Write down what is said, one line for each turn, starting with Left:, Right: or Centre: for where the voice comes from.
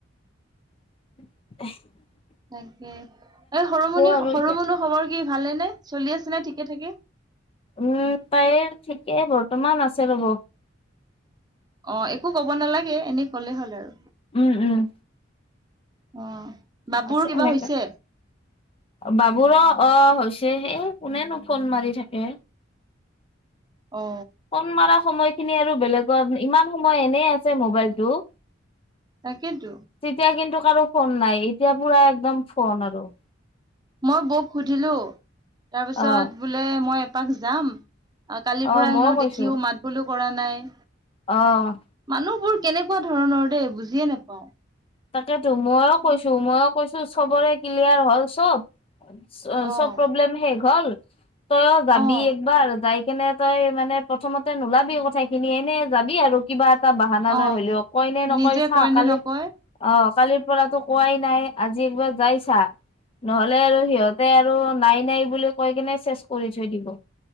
Left: এই <inaudible>
Right: তাকে এই সৰু মনি
Left: আৰু
Right: সৰু
Left: এতিয়া
Right: মুনু খবৰ কি? কি ভালে নে চলি আছে নে ঠিকে থাকে।
Left: উ'ম তাইৰ ঠিকেই বৰ্তমান আছে ৰ'ব।
Right: অ', একো কব নালাগে, এনেই কলে হ'ল আৰু।
Left: উ'ম, উ'ম।
Right: অ'। বাবুৰ
Left: আছে
Right: কিবা
Left: এনেকা
Right: হৈছে
Left: বাবুৰ অ' হৈছে, সেই কোনেনো ফোন মাৰি থাকে,
Right: অ
Left: ফোন মাৰা সময়ত খিনি আৰু বেলেগত ইমান সময় এনেই আছে মোবাইলতটো।
Right: তাকেইতো
Left: তেতিয়া কিন্তু কাৰো ফোন নাই, এতিয়া পুৰা একদম ফোন আৰু
Right: মই বৌক সুধিলো তাৰপিছত
Left: অ
Right: বোলে মই এপাক যাম। কালিৰ
Left: অ
Right: পৰা
Left: মইও
Right: হেনো
Left: কৈছো
Right: দেখিওঁ মাত বোলও কৰা নাই।
Left: অ'।
Right: মানুহবোৰ কেনেকুৱা ধৰণৰ দেই বুজিয়ে নাপাও।
Left: তাকেতো মইও কৈছো ময়ো কৈছো চবৰে ক্লিয়াৰ হল চব।
Right: অ
Left: চব প্ৰব্লেম শেষ হ'ল। তইওঁ
Right: অ',
Left: যাবি একবাৰ যাই। যায় কেনে তই মানে প্ৰথমতে নোলাবি কথা- খিনি এনে যাবি আৰু কিবা। বাহানালৈ
Right: অ',
Left: হ'লিও কয় নে নকয়
Right: নিজে
Left: চা,
Right: কয় নে
Left: কালি
Right: নকয়
Left: অ', কালিৰ পৰা তো কোৱাই নাই আজি একবাৰ যাইছা। নহলে আৰু সিহঁতে আৰু নাই, নাই বুলি কৈ কিনে চেচ কৰি থৈ দিব।